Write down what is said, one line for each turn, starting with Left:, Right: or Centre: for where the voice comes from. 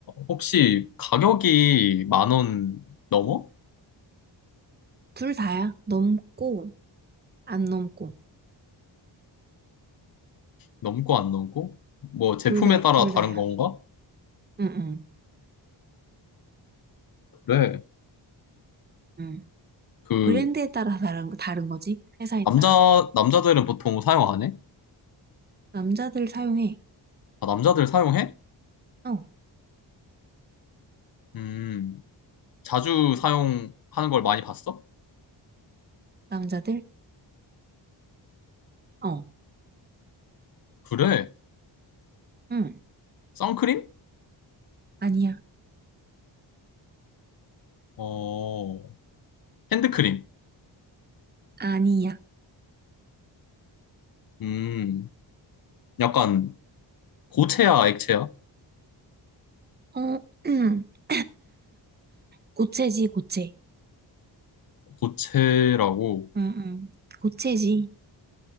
Left: 혹시 가격이 만 원 넘어?
Right: 둘 다야. 넘고, 안 넘고.
Left: 넘고 안 넘고? 뭐 제품에
Right: 둘 다,
Left: 따라
Right: 둘
Left: 다른
Right: 다야.
Left: 건가?
Right: 응, 응,
Left: 그래,
Right: 응.
Left: 그,
Right: 브랜드에 따라 다른, 다른 거지. 회사에
Left: 남자,
Right: 따라.
Left: 남자들은 보통 사용 안 해?
Right: 남자들 사용해.
Left: 아, 남자들 사용해?
Right: 어.
Left: 음. 자주 사용하는 걸 많이 봤어?
Right: 남자들? 어.
Left: 그래.
Right: 응.
Left: 선크림?
Right: 아니야.
Left: 어, 핸드크림.
Right: 아니야.
Left: 음, 약간 고체야, 액체야?
Right: 어. <clears throat> 고체지, 고체.
Left: 고체라고
Right: 응, 응. 고체지.